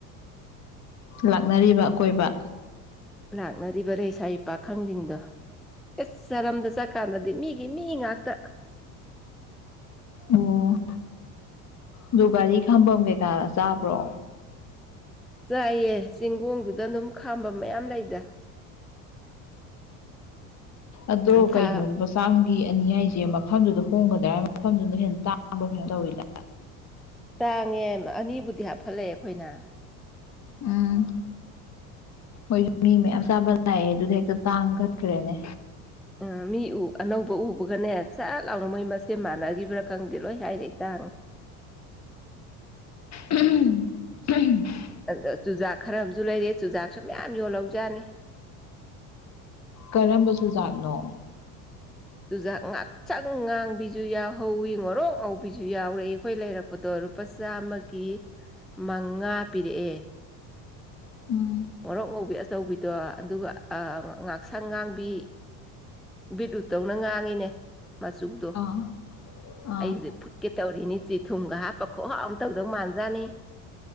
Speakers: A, on the left; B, in the centre.
A: ꯂꯥꯛꯅꯔꯤꯕ ꯀꯣꯏꯕ
B: ꯂꯥꯛꯅꯔꯤꯕ ꯂꯩꯁꯥꯕꯤ ꯄꯥꯈꯪꯁꯤꯡꯗꯣ ꯏꯁ ꯆꯔꯝꯗ ꯆꯠꯀꯥꯟꯗꯗꯤ ꯃꯤꯒꯤ ꯃꯤ ꯉꯥꯛꯇ
A: ꯑꯣ ꯑꯗꯨ ꯒꯥꯔꯤ ꯈꯥꯝꯕ ꯀꯩꯀꯥ ꯆꯥꯕ꯭ꯔꯣ
B: ꯆꯥꯏꯌꯦ ꯆꯤꯡꯒꯣꯡꯗꯨꯗ ꯑꯗꯨꯝ ꯈꯥꯝꯕ ꯃꯌꯥꯝ ꯂꯩꯗ
A: ꯑꯗꯣ
B: ꯑꯝꯊꯥ
A: ꯀꯩꯅꯣ ꯍꯛꯆꯥꯡꯒꯤ ꯑꯅꯤ ꯍꯥꯏꯁꯦ ꯃꯐꯝꯗꯨꯗ ꯍꯣꯡꯒꯗ꯭ꯔ ꯃꯐꯝꯗꯨꯅ ꯍꯦꯟꯅ ꯇꯥꯡꯕ ꯀꯩꯅꯣ ꯇꯧꯋꯤꯗ
B: ꯇꯥꯡꯉꯦ ꯑꯅꯤꯕꯨꯗꯤ ꯍꯥꯞꯐꯠꯂꯛꯑꯦ ꯑꯩꯈꯣꯏꯅ
A: ꯎꯝ ꯃꯣꯏꯁꯨ ꯃꯤ ꯃꯌꯥꯝ ꯆꯥꯕ ꯂꯥꯛꯑꯦ ꯑꯗꯨꯗ ꯍꯦꯛꯇ ꯇꯥꯡ ꯀꯠꯈ꯭ꯔꯦꯅꯦ
B: ꯑꯥ ꯃꯤ ꯎ ꯑꯅꯧꯕ ꯎꯕꯒꯅꯦ ꯁꯠ ꯂꯥꯎꯅ ꯃꯣꯏ ꯃꯁꯦ ꯃꯥꯟꯅꯈꯤꯕ꯭ꯔꯥ ꯈꯪꯗꯦ ꯂꯣꯏ ꯍꯥꯏꯔꯦ ꯏꯇꯥꯡ
A: <unintelligible>
B: ꯑꯗ ꯆꯨꯖꯥꯛ ꯈꯔ ꯑꯃꯁꯝꯨ ꯂꯩꯔꯦ ꯆꯨꯖꯥꯛꯁꯨ ꯃꯌꯥꯝ ꯌꯣꯜꯍꯧꯖꯠꯅꯤ
A: ꯀꯔꯝꯕ ꯆꯨꯖꯥꯛꯅꯣ
B: ꯇꯨꯖ ꯉꯥꯛꯁꯪ ꯉꯥꯡꯕꯤꯁꯨ ꯌꯥꯎꯍꯧꯋꯤ ꯉꯣꯔꯣꯛ ꯉꯧꯕꯤꯁꯨ ꯌꯥꯎꯔꯦꯏ ꯑꯩꯈꯣꯏ ꯂꯩꯔꯛ ꯗꯣ ꯂꯨꯄꯥ ꯆꯥꯝꯃꯒꯤ ꯃꯉꯥ ꯄꯤꯔꯛꯑꯦ
A: <inaudible>
B: ꯃꯣꯔꯣꯛ ꯉꯧꯕꯤ ꯑꯆꯧꯕꯤꯗꯣ ꯑꯗꯨꯒ ꯑꯥ ꯉꯥꯛꯁꯪ ꯉꯥꯡꯕꯤ ꯕꯤꯠ ꯔꯨꯠꯇꯧꯅ ꯉꯥꯡꯉꯤꯅꯦ ꯃꯆꯨꯗꯣ
A: ꯑꯥ ꯑꯥ
B: ꯑꯩꯁꯦ ꯐꯨꯠꯀꯦ ꯇꯧꯔꯤꯅꯤ ꯆꯤ ꯊꯨꯝꯒ ꯍꯥꯞꯄ ꯈꯨꯍꯥꯑꯣ ꯑꯃ ꯇꯧꯗꯧ ꯃꯥꯟꯖꯥꯠꯅꯤ